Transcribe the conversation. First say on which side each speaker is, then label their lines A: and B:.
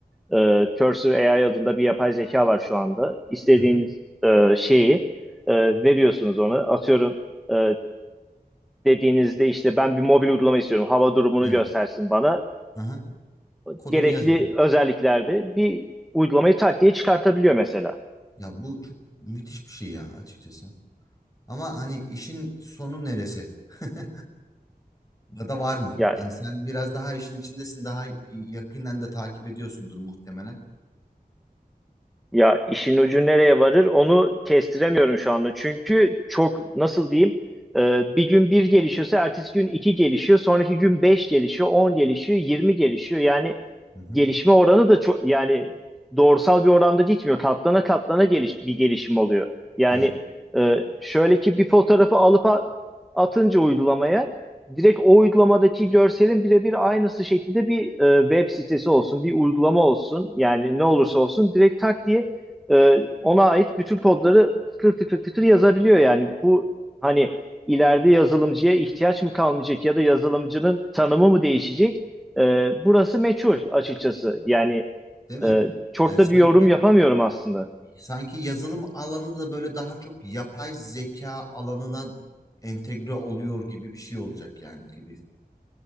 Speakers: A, in the centre; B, on the left.
A: e, Cursor AI adında bir yapay zeka var şu anda. İstediğiniz
B: Hı hı.
A: e, şeyi e, veriyorsunuz ona. Atıyorum. e, dediğinizde işte ben bir mobil uygulama istiyorum. Hava durumunu
B: Evet.
A: göstersin bana.
B: Hı hı. Kodunu
A: Gerekli
B: yazıyorum.
A: özelliklerde bir uygulamayı tak diye çıkartabiliyor mesela.
B: Ya bu çok müthiş bir şey ya açıkçası. Ama hani işin sonu neresi? <laughs> Ya da var mı?
A: Ya
B: Hani sen biraz daha işin içindesin, daha yakından da takip ediyorsundur muhtemelen.
A: ya işin ucu nereye varır onu kestiremiyorum şu anda. Çünkü çok nasıl diyeyim e, bir gün bir gelişiyorsa ertesi gün iki gelişiyor. Sonraki gün beş gelişiyor, on gelişiyor, yirmi gelişiyor. Yani
B: Hı hı.
A: gelişme oranı da çok yani doğrusal bir oranda gitmiyor. Katlana katlana geliş, bir gelişim oluyor. Yani
B: Evet.
A: e, şöyle ki bir fotoğrafı alıp a- atınca uygulamaya direkt o uygulamadaki görselin birebir aynısı şekilde bir e, web sitesi olsun, bir uygulama olsun. Yani ne olursa olsun direkt tak diye e, ona ait bütün kodları tıkır tıkır tıkır yazabiliyor yani. Bu hani ileride yazılımcıya ihtiyaç mı kalmayacak ya da yazılımcının tanımı mı değişecek? E, burası meçhul açıkçası. Yani
B: Değil mi?
A: e, çok
B: Yani
A: da
B: sanki
A: bir yorum yapamıyorum aslında.
B: sanki yazılım alanı da böyle daha çok yapay zeka alanına entegre oluyor gibi bir şey olacak yani gibi